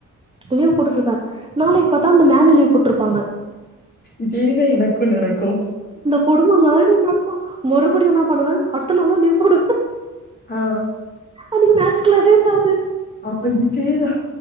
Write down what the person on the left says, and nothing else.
இதேதா எனக்கு நடக்கு
ஆ
அப்ப இதேதா